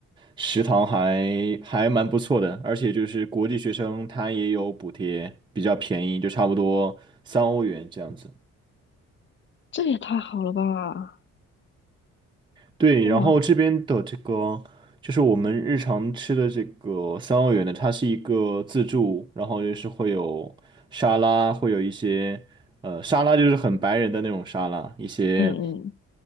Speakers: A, on the right; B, on the left.
A: 食堂还还蛮不错的，而且就是国际学生他也有补贴，比较便宜，就差不多三欧元这样子。
B: 这也太好了吧！
A: 对，
B: 哇，
A: 然后这边的这个。就是我们日常吃的这个三澳园的，它是一个自助，然后就是会有沙拉，会有一些呃沙拉就是很白人的那种沙拉，一些
B: 嗯嗯